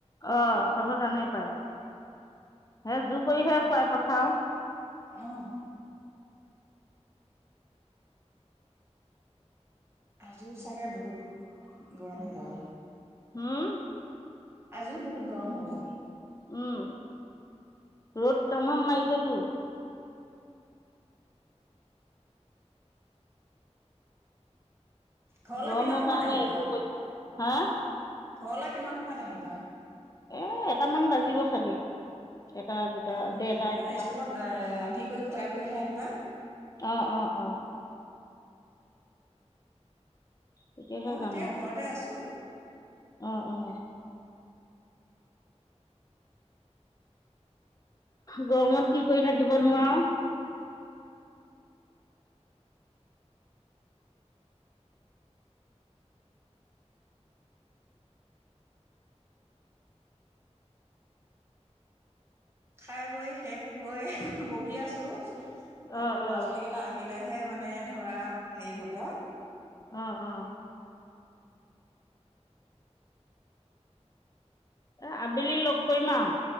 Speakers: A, on the left; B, on the right.
A: অ' খাব তানে পায় সে জোৰ কৰিহে খোৱাই পঠাও
B: অ' আজি চাগে বহুত গৰম হ'ব।
A: হম।
B: আজিও বহুত গৰম হ'ব
A: উম। ৰ'ড তামাম মাৰিছে তোৰ
B: ঘৰলৈ
A: গৰমৰ
B: কিমান সময়ত
A: কাৰণে
B: আহিবা?
A: একো কৰিব হা?
B: ঘৰলৈ কিমান সময়ত আহিবা?
A: এ এটামান বাজিব চাগে। এটা দুটা
B: এটামান
A: দেৰটা
B: বাজিব
A: এনেকুৱা।
B: ন' স্কুলত অ', ৰান্ধি কৰি খুৱাই বোৱাই হে আহিবা।
A: অ', অ', অ'। তেতিয়াহে
B: ময়ো
A: যাম
B: এতিয়া
A: আৰু
B: ঘৰতে আছো।
A: অ', অ'। গৰমত কি কৰি থাকিব নোৱাওঁ।
B: খাই বৈ শেষ হৈ বহি আছোঁ। আকৌ
A: অ
B: ল'ৰা-ছোৱালী
A: অ
B: কেইটা আহিলেহে মানে ধৰা হেৰি হ'ব।
A: অ', অ'। এ, আবেলি লগ কৰিম আওঁ।